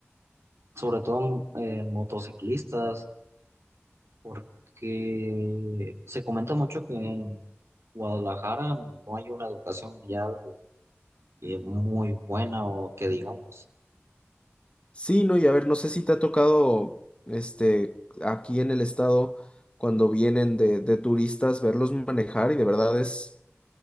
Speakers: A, on the right; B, on the left.
A: sobre todo en motociclistas porque se comenta mucho que en Guadalajara no hay una educación vial eh, muy buena o que digamos,
B: Sí, ¿no? Y a ver, no sé si te ha tocado, este, aquí en el estado, cuando vienen de, de turistas, verlos manejar y de verdad es.